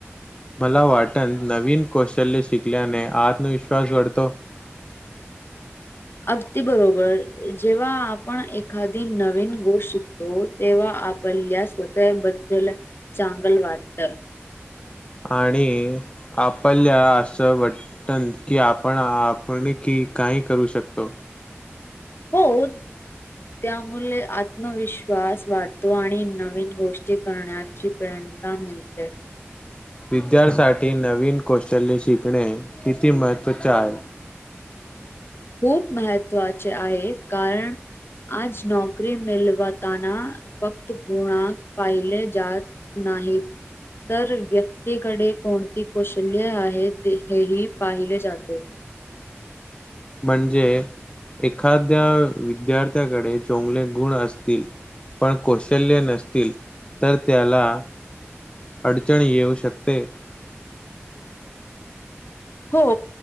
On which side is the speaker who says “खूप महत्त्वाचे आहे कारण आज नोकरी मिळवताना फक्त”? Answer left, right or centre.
Left